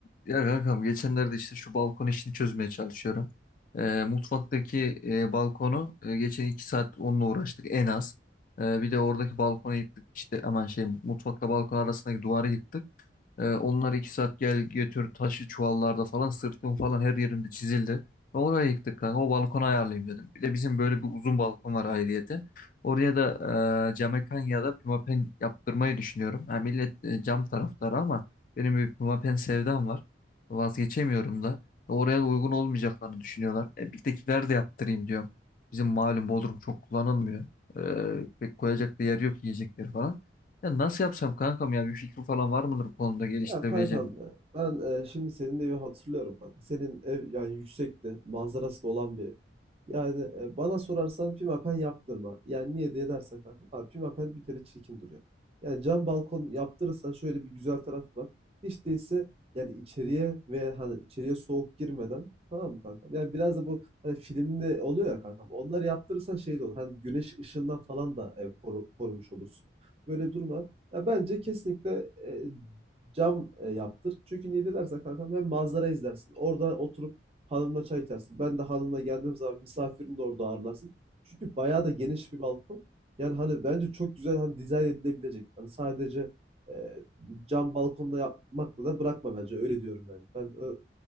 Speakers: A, on the left; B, on the right.
A: Ya kankam geçenlerde işte şu balkon işini çözmeye çalışıyorum. Ee, mutfaktaki e, balkonu e, geçen iki saat onunla uğraştık en az. Ee, bir de oradaki balkonu yıktık işte aman şey mutfakla balkon arasındaki duvarı yıktık. Ee, onlar iki saat gel götür taşı çuvallarda falan sırtım falan her yerimde çizildi. Ve oraya yıktık kanka o balkonu ayarlayayım dedim. Bir de bizim böyle bir uzun balkon var ayrıyeten. Oraya da e, camekan ya da pimapen yaptırmayı düşünüyorum. Ha, millet e, cam taraftarı ama benim bir pimapen sevdam var. Vazgeçemiyorum
B: Hı hı.
A: da. Ve Oraya da uygun olmayacaklarını düşünüyorlar. E, birdekiler de yaptırayım diyorum. Bizim malum Bodrum çok kullanılmıyor. Ee, pek
B: Hı hı.
A: koyacak da yer yok yiyecekleri falan. Ya nasıl yapsam kankam ya bir fikrim falan var mıdır bu konuda geliştirebileceğim?
B: Ya kanka ben e, şimdi senin evi hatırlıyorum kanka. Senin ev yani yüksekte, manzarası da olan bir ev. Yani e, bana sorarsan pimapen yaptırma. Yani niye diye dersen kanka. Abi pimapen bir kere çirkin duruyor. Yani cam balkon yaptırırsan şöyle bir güzel taraf var. Hiç değilse yani içeriye ve hani içeriye soğuk girmeden tamam mı kankam? Yani biraz da bu hani filmde oluyor ya kankam. Onları yaptırırsan şey de olur. Hani güneş ışığından falan da e, koru- korumuş olursun. Böyle bir durum var. Ya bence kesinlikle e, cam e, yaptır. Çünkü niye de dersen kankam hem manzara izlersin. Orada oturup hanımla çay içersin. Ben de hanımla geldiğim zaman misafirini de orada ağırlarsın. Çünkü bayağı da geniş bir balkon. Yani hani bence çok güzel hani dizayn edilebilecek. Hani sadece e, cam balkonla yapmakla da bırakma bence. Öyle diyorum yani. Ben ö-